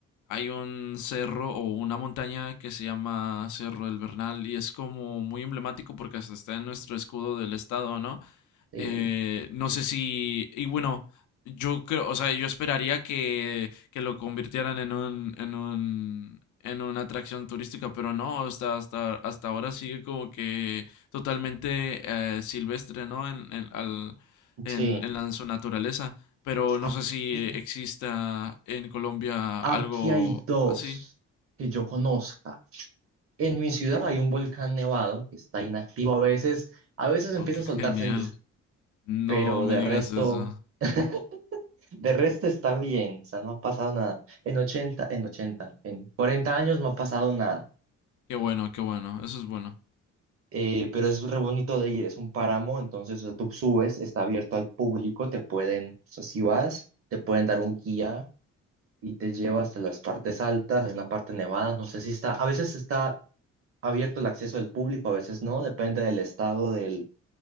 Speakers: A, on the left (about 75°); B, on the right (about 50°).
A: hay un cerro o una montaña que se llama Cerro del Bernal y es como muy emblemático porque hasta está en nuestro escudo del estado, ¿no?
B: Sí,
A: Eh, no sé si. Y bueno, yo creo, o sea, yo esperaría que, que lo convirtieran en un, en un, en una atracción turística, pero no, hasta, hasta, hasta ahora sigue como que totalmente eh, silvestre, ¿no? En, en, al, en,
B: sí.
A: en la- en su naturaleza. Pero no
B: Aquí,
A: sé si exista en Colombia
B: aquí
A: algo
B: hay dos
A: así.
B: que yo conozca. En mi ciudad hay un volcán nevado que está inactivo a veces, a veces empieza
A: Oh, qué
B: a
A: genial.
B: soltar ceniza,
A: No
B: pero
A: me
B: de
A: digas
B: resto...
A: eso.
B: <laughs> De resto está bien, o sea, no ha pasado nada. En ochenta, en ochenta, en 40 años no ha pasado nada.
A: Qué bueno, qué bueno. Eso es bueno.
B: Eh, pero es re bonito de ir, es un páramo, entonces o sea, tú subes, está abierto al público, te pueden, o sea, si vas, te pueden dar un guía y te lleva hasta las partes altas, hay una parte nevada, no sé si está, a veces está abierto el acceso del público, a veces no, depende del estado del,